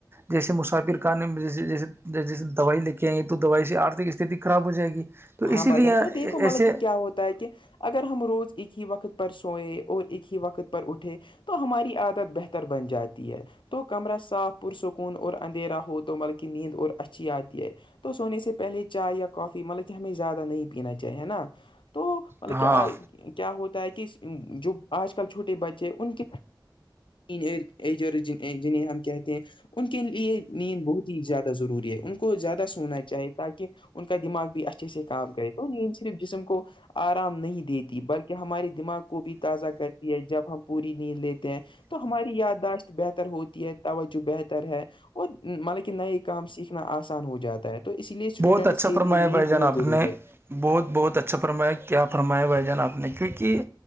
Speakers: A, on the right; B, on the left.
A: جیسے مسافر خان جی جیسے دوائی لے کے آئی تو دوائی سے آرھک استھتی خراب ہو ہو جائے گی تو
B: ہاں
A: اسی
B: بھ
A: لیے
B: جان تو دیکھو مطلب
A: ایسے
B: کہ کیا ہوتا ہے کہ اگر ہم روز ایک ہی وقت پر سوئئے اور ایک ہی وقت پر اٹھے تو ہماری عادت بہتر بن جاتی ہے تو کمرہ صاف پرسکون اور اندھیرا ہو تو بلکہ نیند اور اچھی آتی ہے تو سونے سے پہلے چائے یا کافی مطلب کہ ہمیں زیادہ نہیں پینا چاہیے ہے نا تو مطلب
A: ہاں
B: کیا کیا ہوتا ہے کہ اس جو آج کل چھوٹے بچے ان کے ایر جنہیں ہم کہتے ہیں ان کے لیے نیند بہت ہی زیادہ ضروری ہے ان کو زیادہ سونا چاہی تاکہ ان کا دماغ بھی اچھے سے کام کرے تو صرف جسم کو آرام نہیں دیتی بلکہ ہمارے دماغ کو بھی تازہ کرتی ہے جب ہم پوری نیند لیتے ہیں تو ہماری یادداشت بہتر ہوتی ہے توجہ بہتر ہے اور مطلب کہ نئے کام سیکھنا آسان ہو جاتا ہے تو اس لیے اسٹوڈنٹس
A: بہت اچھا
B: کے
A: فرمایا
B: لیے نیند
A: بھائی جان
B: بہت
A: آپ
B: ضروری
A: نے
B: ہے
A: بہت بہت اچھا فرمایا کیا فرمایا بھائی جان آپ نے کیونکہ